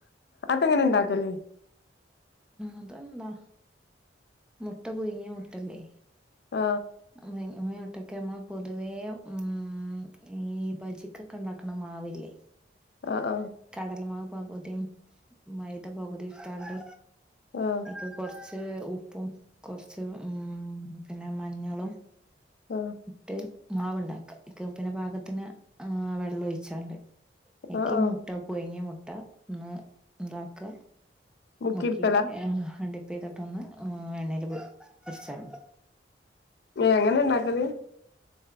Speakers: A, on the left; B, in the centre.
A: അതെങ്ങനെ ഇണ്ടാക്കല്
B: അതെന്താ മുട്ട പുയുങ്ങിയ മുട്ടല്ലേ
A: ആ
B: <unintelligible> നമ്മൾ പോതുവെ ഉം ഈ ഭജിക്കോക്കെ ഉണ്ടാക്ണ മാവില്ലെ
A: ആഹ് ആഹ്
B: കടലമാവ് പകുതിം മൈത പകുതിം ഇട്ത്താണ്ട്
A: ആഹ്
B: ക്കെ കൊർച് ക്ക് ഉപ്പും കൊർച്ച് ഉം പിന്നെ മഞ്ഞളും
A: ആഹ്
B: ഇട്ട് മാവ്ണ്ടാക്ക അയ് ക്ക് പിന്നെ പാകത്തിന് ആ വെള്ളം ഒഴിച്ചാണ്ട് അയ്ക്ക്
A: ആഹ് ആഹ്
B: മുട്ടാ പുയുങ്യ മു ട്ട ഒന്ന് ഇതാക്ക
A: മുക്കിട്ക്കലാ
B: മുക്കിട്ട് ഏഹ് <unintelligible> പ്പ യ്തിട്ട് ഒന്ന് എണ്ണേല് പൊരിച്ചാൽ മതി
A: എങ്ങനെ ഉണ്ടാക്കല്?